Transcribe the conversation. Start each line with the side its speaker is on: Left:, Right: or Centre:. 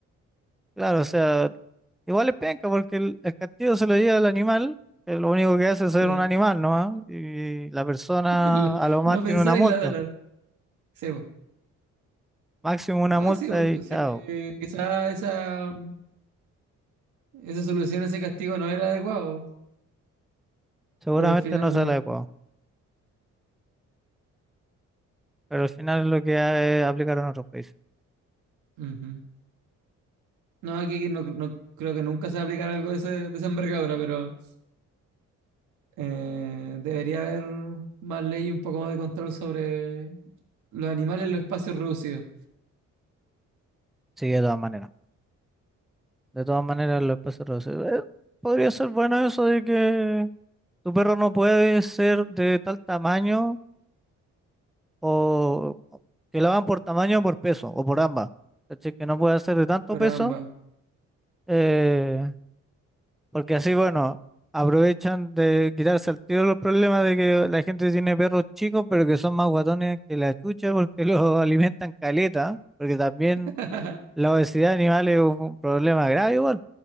Centre: claro, o sea, igual es penca porque el, el castigo se lo lleva el animal, que lo único que hace es
Right: Sí.
Centre: ser un animal, ¿no? Y la persona
Right: <laughs> La-
Centre: a lo más
Right: No
Centre: tiene
Right: pensar
Centre: una multa,
Right: y ladrar. Sí, po.
Centre: máximo una
Right: Ah,
Centre: multa
Right: sí, po,
Centre: y
Right: sí,
Centre: chao. ¿cachai?
Right: quizá esa, esa solución, ese castigo no era adecuado,
Centre: Seguramente
Right: pero al final...
Centre: no sale adecuado, pero al final es lo que ha- aplicaron en otros países.
Right: ujú. No, aquí no, no creo que nunca se va a aplicar algo de, ese, de esa envergadura, pero... Eh, debería haber más ley y un poco más de control sobre los animales en los espacios reducidos
Centre: Sí, de todas maneras. De todas maneras, los perros reducidos. Eh, podría ser bueno eso de que tu perro no puede ser de tal tamaño o o que la van por tamaño o por peso o por ambas. ¿Cachai? Que no puede ser de tanto
Right: para
Centre: peso
Right: ambas.
Centre: eh, porque así, bueno, aprovechan de quitarse al tiro los problemas de que la gente tiene perros chicos pero que son más guatones que la chucha porque los <laughs> alimentan caleta, porque también
Right: <laughs>
Centre: la obesidad animal es un problema grave igual.